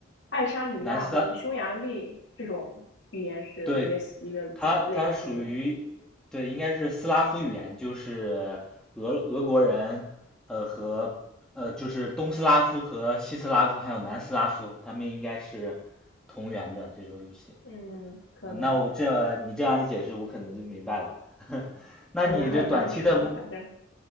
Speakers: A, on the left; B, in the centre.
A: 爱沙尼亚和什么匈牙利这种语言是一个系一个几类似的。
B: 南斯拉，对它它属于对，应该是斯拉夫语言，就是俄俄国人，呃和呃就是东斯拉夫和西斯拉夫还有南斯拉夫，他们应该是同源的这种语系。
A: 嗯，可能
B: 呃，那我这你这样一解释，我可能就明白了。<laughs> 那你这短期的目，
A: 可能很难学，反正